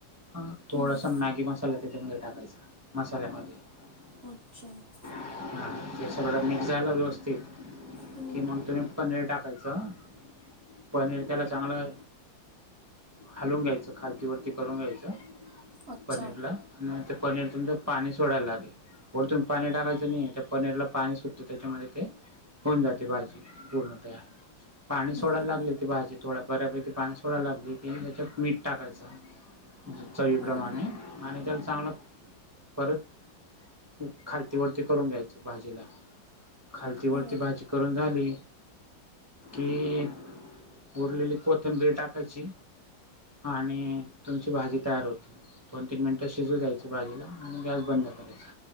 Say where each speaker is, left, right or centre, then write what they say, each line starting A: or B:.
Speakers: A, on the right; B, on the right.
A: ह थोडासा
B: हम्म,
A: मॅगी मसाला त्याच्यामध्ये टाकायचा मसाल्यामध्ये -
B: <unintelligible>
A: हा ते सगळं मिक्स झालं व्यवस्थित
B: हम्म,
A: कि मग तुम्ही पनीर टाक - टाकायचं पनीर - त्याला चांगलं हलवून घ्यायचं खालतीवरती करून घ्यायचं -
B: अच्छा
A: पनीरला आणि ते पनीर तुमचं पाणी सोडायला लागेल. वरतून पाणी टाकायचं नाही त्या पनीरला पाणी सुटतं त्याच्यामध्ये ते - होऊन जाते भाजी पूर्णतयार पाणी सोडायला
B: बरं
A: लागली ती भाजी - थोडा बऱ्यापैकी पाणी सोडा लागले की त्याच्यात मीठ टाकायचं - चवीप्रमाणे
B: हम्म,
A: आणि त्याला चांगलं परत - खालती वरती करून घ्यायचं भाजीला - खालती वती
B: हम्म.
A: भाजी करून झाली की - उरलेली कोथिंबीरी टाकायची आणि तुमची भाजी तयार होते. दोन तीन मिनिटं शिजू द्यायचे बाजीला आणि गॅस बंद करायचा